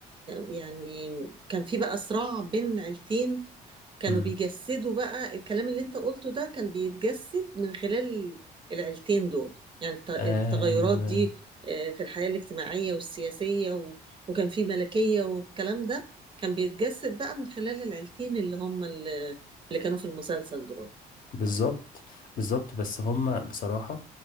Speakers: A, on the right (about 30°); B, on the left (about 55°).
A: يعني كان في بقى صراع بين عيلتين كانوا
B: امم
A: بيجسدوا بقى الكلام اللي انت قلته ده كان بيتجسد من خلال العيلتين دول يعني الت- التغيرات
B: ايوه
A: دي آه، في الحياة الاجتماعية والسياسية و... وكان في ملكية والكلام ده كان بيتجسد بقى من خلال العيلتين اللي هم اللي اللي كانوا في المسلسل دول
B: بالظبط بالظبط بس هما بصراحة